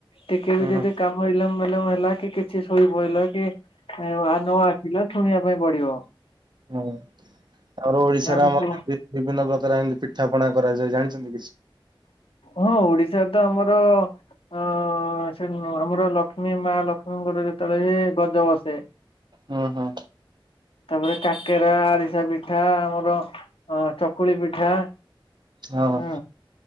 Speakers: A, on the left; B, on the right.
A: ଟିକେ
B: ହଁ
A: ବି ଯଦି
B: ହଁ।
A: କାମ ଇଲମ୍ ମିଲମ୍ ହେଲା କି କିଛି ଶୋଇପଡ଼ିଲ କି ନ ଆସିଲ ଶୁଣିବା ପାଇଁ ପଡିବ।
B: ହଁ ଆମର ଓଡିଶାର
A: ନା ଆମେ
B: ଆମର
A: ସବୁ
B: ଯୋଉଠି ବିଭିନ୍ନ ପ୍ରକାର ଏମିତି ପିଠା ପଣା କରାଯାଏ ଜାଣିଛନ୍ତି କିଛି?
A: ହଁ ଓଡିଶା ତ ଆମର ହ ସେ ଆମର ଲକ୍ଷ୍ମୀ ମା ଲକ୍ଷ୍ମୀଙ୍କର ଯେତେବେଳେ ବି ଗଜ ବସେ
B: ହୁଁ ହୁଁ।
A: ତାପରେ କାକେରା ଆରିସା ପିଠା ଆମର ଅ ଚକୁଳି ପିଠା।
B: ହଁ।
A: ହୁଁ